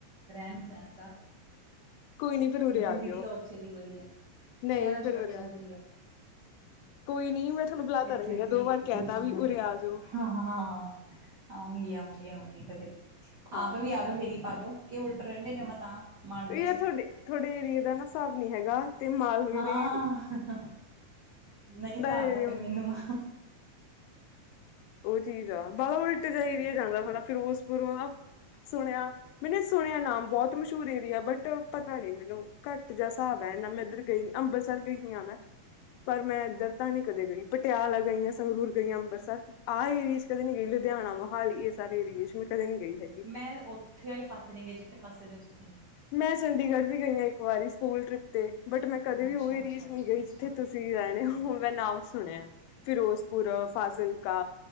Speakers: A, on the right; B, on the left.
A: ਰਹਿਣ ਸਹਿਣ ਦਾ।
B: ਕੋਈ ਨੀ ਫਿਰ ਉਰੇ
A: ਜ਼ਿੰਦਗੀ
B: ਆ ਜਾਇਓ
A: ਤਾਂ ਉੱਥੇ ਦੀ ਵਧੀਆ,
B: ਨਹੀਂ
A: ਸ਼ਹਿਰਾਂ 'ਚ
B: ਫਿਰ
A: ਰੱਖਿਆ
B: ਉਰੇ ਆ ਜਾਇਓ
A: ਕੀ ਐ।
B: ਕੋਈ ਨੀ ਮੈਂ ਤੁਹਾਨੂੰ <unintelligible>
A: ਇੱਥੇ
B: ਹਾਂ
A: ਤੀਹ
B: ਦੋ ਵਾਰ
A: ਪ੍ਰਦੂਸ਼ਣ
B: ਕਹਿ ਤਾ ਵੀ ਉਰੇ
A: ਵਗੈਰਾ,
B: ਆ ਜਾਓ
A: ਹਾਂ -ਹਾਂ-ਹਾਂ ਆਊਗੀ -ਆਊਂਗੀ -ਆਊਂਗੀ ਕਦੇ, ਆਪ
B: ਹਾਂ
A: ਵੀ ਆ ਜਾਓ ਫੇਰੀ ਪਾ ਜਾਓ ਕਿ ਉਲਟੇ ਰਹਿੰਦੇ ਜਮਾਂ ਤਾਂ। ਮਾਂਡਵੇ
B: ਵੀ
A: ਚ
B: ਏ ਤੁਹਾਡੇ, ਤੁਹਾਡੇ ਏਰੀਏ ਦਾ ਨਾ ਹਿਸਾਬ ਨੀ ਹੈਗਾ ਤੇ ਮਾਲਵੇ
A: ਹਾਂ
B: ਦੇ। <inaudible>
A: ਨਹੀਂ ਹਿਸਾਬ
B: ਏਰੀਆ
A: ਤਾਂ ਤੇ ਫਿਰ ਮੈਨੂੰ ਮ
B: ਉਹ ਚੀਜ਼ ਆ ਬਾਹਾ ਉਲਟੇ ਏਰੀਆ 'ਚ ਆਉਂਦਾ ਫਿਰੋਜ਼ਪੁਰ ਸੁਣਿਆ। ਮੈਨੇ ਸੁਣਿਆ ਨਾਮ ਬਹੁਤ ਮਸ਼ਹੂਰ ਏਰੀਆ ਬਟ ਪਤਾ ਨੀ ਮੈਨੂੰ ਘੱਟ ਜਾ ਹਿਸਾਬ ਹੈ ਇਨਾ ਮੈਂ ਇੱਧਰ। ਗਈ, ਅੰਮ੍ਰਿਤਸਰ ਗਈ ਹਾਂ ਮੈਂ। ਪਰ ਮੈਂ ਇੱਧਰ ਤਾਂ ਨਹੀਂ ਕਦੇ ਗਈ, ਪਟਿਆਲਾ ਗਈ ਹਾਂ ਸੰਗਰੂਰ ਗਈਆਂ ਅੰਬਰਸਰ। ਆਹ ਏਰੀਏ 'ਚ ਕਦੇ ਨੀ ਗਈ, ਲੁਧਿਆਣਾ ਮੋਹਾਲੀ ਇਹ ਸਾਰੇ ਏਰੀਏ 'ਚ ਮੈਂ ਕਦੇ ਨੀ ਗਈ ਹੈਗੀ।
A: ਮੈਂ ਉੱਥੇ ਵਾਲੇ ਪਾਸੇ ਨਹੀ ਗਈ, ਜਿੱਥੇ ਪਾਸੇ ਦੇ ਤੁਸੀਂ ਹੋ।
B: ਮੈਂ ਚੰਡੀਗੜ੍ਹ ਵੀ ਗਈ ਹਾਂ ਇੱਕ ਵਾਰੀ ਸਕੂਲ ਟ੍ਰਿਪ ਤੇ ਬਟ ਮੈਂ ਕਦੇ
A: ਅੱਛਾ
B: ਵੀ ਉਹ
A: ਅੱਛਾ
B: ਏਰੀਏ 'ਚ
A: ਅੱਛਾ
B: ਨਹੀਂ ਗਈ
A: ਅੱਛਾ
B: ਜਿੱਥੇ ਤੁਸੀਂ। ਤੇ ਰਹਿਣੇ ਉਹ, ਮੈਂ ਨਾਮ ਸੁਣਿਆ, ਫਿਰੋਜ਼ਪੁਰ, ਫਾਜ਼ਿਲਕਾ।